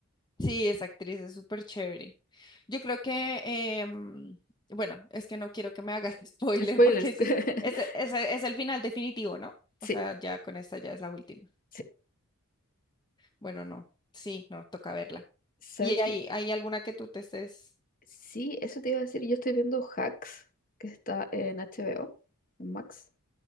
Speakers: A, on the left (about 20°); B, on the left (about 40°).
A: Sí, esa actriz es súper chévere. Yo creo que, em, bueno, es que no quiero que me hagas <laughs> spoiler
B: Spoilers.
A: porque sí,
B: <laughs>
A: ese, ese es el final definitivo, ¿no? O
B: Sí,
A: sea, ya con esta ya es la última.
B: sí.
A: Bueno, no. Sí, no, toca verla.
B: ¿Sabes
A: ¿Y hay,
B: qué?
A: hay alguna que tú te estés?
B: Sí, eso te iba a decir. Yo estoy viendo Hacks, que está en HBO, en Max.